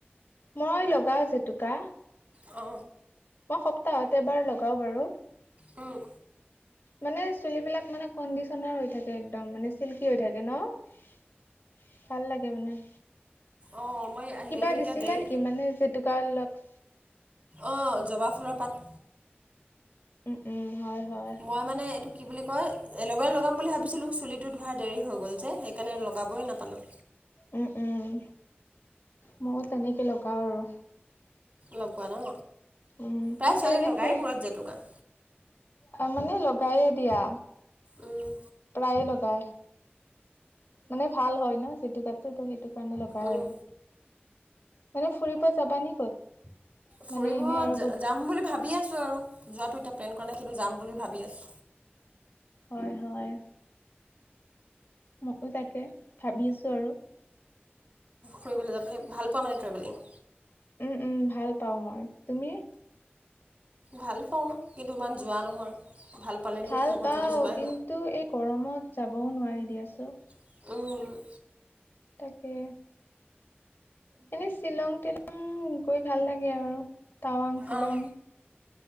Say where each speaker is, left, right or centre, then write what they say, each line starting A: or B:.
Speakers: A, on the left (about 70°); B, on the right (about 40°).
A: মই লগাও জেতুকা।
B: অ
A: মই সপ্তাহত এবাৰ লগাওঁ বাৰু।
B: উম।
A: মানে চুলিবিলাক মানে কণ্ডিচনাৰ হৈ থাকে একদম মানে চিল্কি হৈ। থাকে ন, ভাল লাগে মানে।
B: অঁ মই
A: কিবা
B: হেৰি এতিয়া
A: দিছিলা
B: দেৰি
A: নেকি মানে জেতুকা অলপ
B: অঁ জবা ফুলৰ পাত।
A: উম উম হয়। হয়
B: মই মানে এইটো। কি বুলি কয় এল'ভেৰা লগাম বুলি ভাবিছিলোঁ চুলিটো ধৰা দেৰি হৈ গ'ল যে সেইকাৰণে লগাবই নাপালোঁ।
A: উম উম ময়ো তেনেকে লগাওঁ আৰু।
B: লগোৱা ন
A: উম
B: প্ৰায়
A: পিছে
B: ছোৱালী
A: এনে
B: লগাই
A: ফুৰি
B: মোৰত জেতুকা।
A: মানে লগায়ে দিয়া।
B: উম
A: প্ৰায়ে লগাই, মানে ভাল হয় ন জেতুকাত সেইটো সেইটো কাৰণে লগাই
B: উম
A: আৰু, মানে ফুৰিব যাবানে ক'ত?
B: ফুৰিব
A: মানে এনেই
B: য
A: আৰু গ
B: যাম বুলি ভাবি আছো আৰু যোৱাতো ইতাত প্লেন কৰা নাই কিন্তু যাম বুলি ভাবি আছোঁ।
A: হয় হয় মকুতাকে তাকে ভাবিছোঁ আৰু।
B: ফুৰিবলৈ যাবলৈ ভাল পোৱা মানে ট্ৰেভেলিং?
A: উম, উম, ভাল পাওঁ মই, তুমি?
B: ভাল পাওঁ কিন্তু ইমান যোৱা নহয়। ভাল পালেনো
A: ভাল
B: কি হ'ব
A: পাও
B: যদি যোৱাই
A: কিন্তু এই গৰমত যাবও নোৱাৰি দিয়াচোন।
B: নহয়
A: তাকে। এনেই শ্বিলং তিলং গৈ ভাল লাগে আৰু টাৱাং, শ্বিলং।
B: অঁ